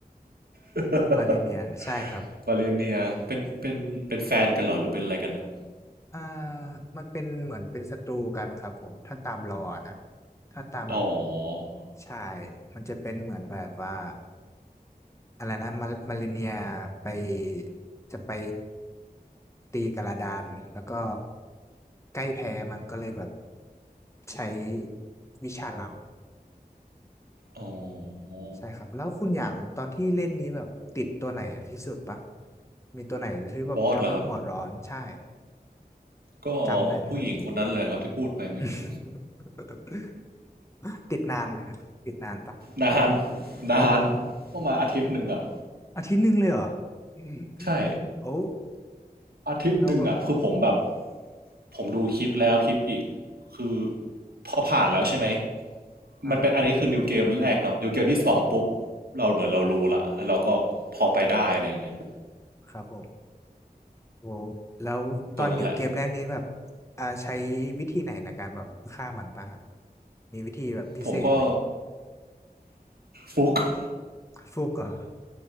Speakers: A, on the right (about 80°); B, on the left (about 20°).
A: <laughs>
B: มาเลเนีย <laughs> ใช่ครับ
A: มาลิเนียเป็นเป็นเป็นแฟนกันเหรอหรือเป็นอะไรกันนะ
B: อ่ามันเป็นเหมือนเป็นศัตรูกันครับผม ถ้าตามลอนะ ถ้าตามแบบ
A: อ๋อ
B: ใช่ มันจะเป็นเหมือนแบบว่า อะไรนะมามาริเนียไปจะไปตีกระดานแล้วก็ใกล้แพ้มันก็เลยแบบใช้วิชาลับ
A: อ๋อ
B: ใช่ครับแล้วคุณอย่างตอนที่เล่นนี้แบบติดตัวไหนที่สุดปะมีตัวไหนที่แบบทำให้หัวร้อนใช่
A: บอสเหรอครับก็
B: จำได้ไหมครับ
A: ผู้หญิงคนนั้นแหละครับที่พูดไปเมื่อกี้
B: <laughs> ติดนานไหมครับติดนานปะ
A: นานนานประมาณอาทิตย์หนึ่งอะ
B: อาทิตย์หนึ่งเลยเหรออืม
A: ใช่
B: โอ้
A: อาทิตย์หนึ่งอะคือผมแบบ
B: แล้วแบบ
A: ผมดูคลิปแล้วคลิปอีกคือพอผ่านแล้วใช่ไหม
B: อ่า
A: มันเป็นอันนี้คือนิวเกมแรกเนาะนิวเกมที่สองปุ๊บเราเหมือนเรารู้ละแล้วเราก็พอไปได้อะไรอย่างเงี้ย
B: ครับผม โอ้แล้วตอนนิวเกมแรกนี้แบบ
A: ตัวนั้นแหละ
B: อ่าใช้วิธีไหนในการแบบฆ่ามันปะฮะมีวิธีแบบพิเศษไหม
A: ผมก็ฟุก <laughs>
B: ฟุกเหรอ